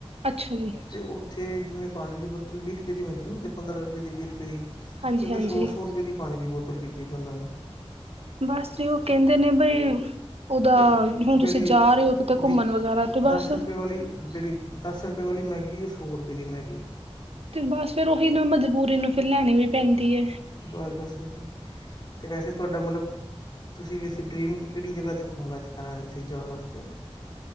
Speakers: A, on the right (about 70°); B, on the left (about 45°).
A: ਅੱਛਾ ਜੀ
B: ਤੇ ਉ ਉੱਥੇ ਜਿਵੇਂ ਪਾਣੀ ਦੀ ਬੋਤਲ ਵੀਹ ਰੁਪਏ ਦੀ ਮਿਲਦੀ ਨਾ। ਅਤੇ ਪੰਦਰਾਂ ਰੁਪਏ ਦੀ - ਵੀਹ ਰੁਪਏ ਦੀ।
A: ਹਾਂਜੀ
B: ਤੇ ਓਥੇ
A: ਹਾਂਜੀ
B: ਸੌ - ਸੌ ਰੁਪਏ ਦੀ ਪਾਣੀ ਦੀ ਬੋਤਲ ਕੀਤੀ ਦੀ ਉਹਨਾਂ ਨੇ
A: ਬਸ ਜੀ ਉਹ ਕਹਿੰਦੇ ਨੇ ਬਈ ਉਹਦਾ
B: ਤੇ
A: ਹੁਣ ਤੁਸੀਂ
B: ਜਿਹੜੀ।
A: ਜਾ ਰਹੇ ਹੋ ਕਿਤੇ ਘੁੰਮਣ
B: ਵੀ
A: ਵਗੈਰਾ ਤੇ
B: ਦਸ
A: ਬਸ
B: ਰੁਪਏ ਵਾਲੀ ਜਿਹੜੀ ਦਸ ਰੁਪਏ ਵਾਲੀ ਮੈਗੀ। ਉਹ ਸੌ ਰੁਪਏ ਦੀ ਮੈਗੀ।
A: ਤੇ ਬਸ ਫੇਰ ਉਹੀ ਨਾ ਮਜਬੂਰੀ ਨੂੰ। ਫੇਰ ਲੈਣੀ ਵੀ ਪੈਂਦੀ ਹੈ।
B: ਬਸ - ਬਸ ਓਹੀ ਤੇ ਵੈਸੇ ਤੁਹਾਡਾ ਮਤਲਬ ਤੁਸੀਂ ਅਸੀਂ ਡਰੀਮ ਕਿ ਕਿਹੜੀ ਜਗ੍ਹਾ 'ਤੇ ਘੁੰਮਣਾ ਚਾਹੁੰਣਾ ਤੁਸੀਂ ਜਾਣ ਵਾਸਤੇ